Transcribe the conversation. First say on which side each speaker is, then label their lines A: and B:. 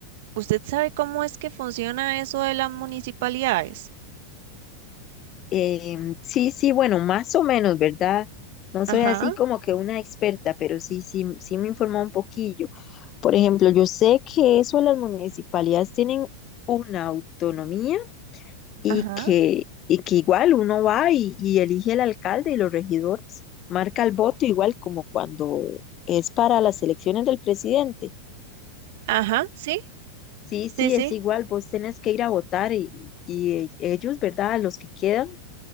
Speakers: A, on the right; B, on the left.
A: ¿usted sabe cómo es que funciona eso de las municipalidades?
B: Eh, sí, sí, bueno, más o menos, ¿verdad? No
A: Ajá,
B: soy así como que una experta, pero sí, sí, sí me informó un poquillo. Por ejemplo, yo sé que eso las municipalidades tienen una autonomía y
A: ajá.
B: que, y que igual uno va y, y elige al alcalde y los regidores, marca el voto igual como cuando es para las elecciones del presidente.
A: Ajá, sí,
B: Sí,
A: sí,
B: sí,
A: sí.
B: es igual, vos tenés que ir a votar y, y eh, ellos, ¿verdad? Los que quedan